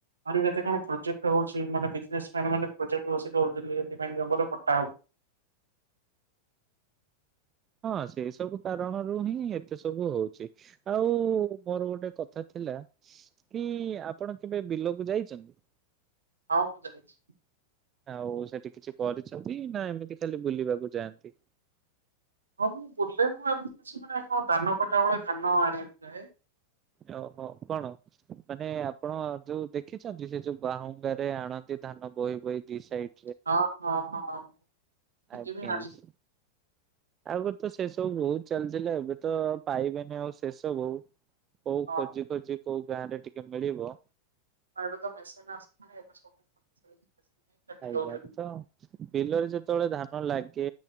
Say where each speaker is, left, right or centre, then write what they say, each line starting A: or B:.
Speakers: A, on the right; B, on the right.
A: ଆରି କେତେ କଣ ପ୍ରୋଜେକ୍ଟ ହଉ ସେ ମାନେ ବିଜନେସ୍ ମ୍ୟାନ୍ ମାନେ ପ୍ରୋଜେକ୍ଟ ବସି କହୁଥିଲେ, ସେପାଇଁ ଜଙ୍ଗଲ କଟା ହଉ
B: ହଁ ସେଇ ସବୁ କାରଣରୁ ହିଁ ଏତେ ସବୁ ହଉଛି। ଆଉ ମୋର ଗୋଟେ କଥା ଥିଲା। ଲା, କି ଆପଣ କେବେ ବିଲକୁ ଯାଇଚନ୍ତି?
A: ହଁ, ମୁଁ ଯାଇଛି।
B: ଆଉ ସେଠି କିଛି କରିଛନ୍ତି ନା ଏମିତି ଖାଲି ବୁଲିବାକୁ ଯାଆନ୍ତି?
A: ହଁ ମୁଁ ବୁଲେ। ମୁଁ ଏମିତି କିଛି ମାନେ କଣ ଧାନ କଟା ବେଳେ ଧାନ ଆଣିବାକୁ ଯାଏ।
B: ଓ ହୋ, କଣ ମାନେ ଆ ଆପଣ ଯୋଉ ଦେଖିଛନ୍ତି ସେ ଯୋଉ ବାହୁଙ୍ଗାରେ ଆଣନ୍ତି ଧାନ ବୋହି ବୋହି ଦି ସାଇ
A: ହଁ ହଁ ହଁ। ନିଜେ
B: ଆଜ୍ଞା।
A: ବି ଆଣିଛି
B: ଆଉ ଗୋଟେ ତ ଶେଷ ତ ବହୁତ ଚାଲିଥିଲା, ଏବେ ତ ପାଇଵାନି ଆଉ ଶେଷବୁ କୋଉ
A: ହଁ
B: ଖୋଜି ଖୋଜି କୋଉ ଗାଁରେ ଟିକେ ମିଳିବ
A: ଆଉ ଏବେ ତ ମେସେନ୍ ଆସିଲାଣି ଏବେ ସବୁ କାଟି
B: ଆଜ୍ଞା
A: ଦଉଛନ୍ତି।
B: ତ ବିଲରେ ଯେତେବେଳେ ଧାନ କ ଲାଗେ